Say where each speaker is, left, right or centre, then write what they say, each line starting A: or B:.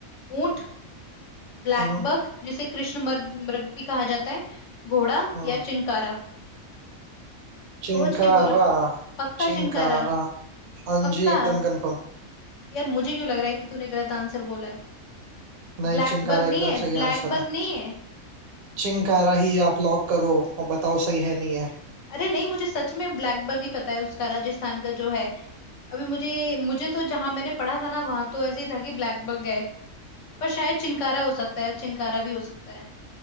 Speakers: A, on the left; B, on the right.
A: ऊंट ब्लैक
B: हम्म
A: बग जिसे कृष्ण मृग मृग भी कहा जाता है घोड़ा
B: हम्म
A: या चिंकारा
B: चिंकारा
A: सोच के बोला पक्का
B: चिंकारा
A: चिंकारा
B: हाँ
A: पक्का
B: जी एकदम कंफर्म
A: यार मुझे क्यों लग रहा है कि तूने गलत आंसर बोला है
B: नहीं
A: ब्लैक
B: चिंकारा
A: बग
B: एकदम
A: नहीं है
B: सही
A: ब्लैक
B: आंसर
A: बग
B: है
A: नहीं है
B: चिंकारा ही आप लॉक करो और बताओ सही है नहीं है
A: अरे नहीं मुझे सच में ब्लैक बग ही पता है उसका राजस्थान का जो है अभी मुझे मुझे तो जहां मैंने पढ़ा था ना वहां तो ऐसे ही था कि ब्लैक बग है पर शायद चिंकारा हो सकता है चिंकारा भी हो सकता है